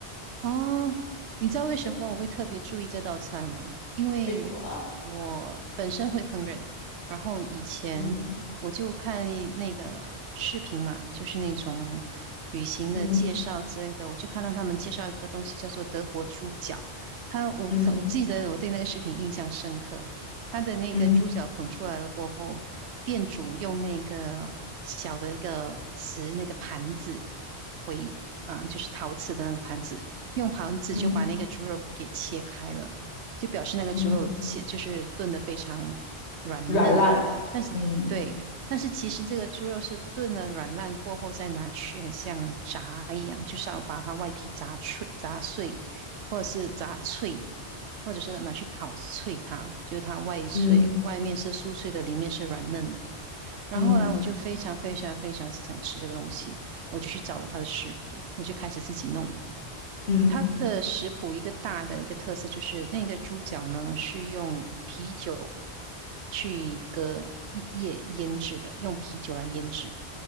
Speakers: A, on the right (about 80°); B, on the left (about 80°).
A: 哦，你知道为什么我会特别注意这道菜吗？
B: <laughs>
A: 因为
B: 为什么啊？
A: 我本身会烹饪，然后以前我就看那个视频嘛，
B: 嗯
A: 就是那种旅行的介绍之类的，
B: 嗯
A: 我就看到他们介绍一个东西叫做德国猪脚，他我我记得我对那个视频印象深刻，
B: 嗯
A: 他的那个猪脚捧出来了过后，
B: 嗯
A: 店主用那个小的一个瓷那个盘子为啊，就是陶瓷的那个盘子，用盘子就把那个猪肉给切开了，
B: 嗯
A: 就表示那个猪肉切就是炖得非常软嫩。
B: 嗯，软烂。
A: 但是对，
B: 嗯
A: 但是其实这个猪肉是炖了软烂过后再拿去，很像炸一样，就是要把它外皮炸脆、炸碎，或者是炸脆，或者是拿去烤脆它，就是它外脆，
B: 嗯
A: 外面是酥脆的，里面是软嫩的。然后后来我就非常非常非常想吃这个东西，
B: 嗯
A: 我就去找了它的食谱，我就开始自己弄。
B: 嗯
A: 它的食谱一个大的一个特色就是那个猪脚呢是用啤酒去一个一夜腌制的，用啤酒来腌制。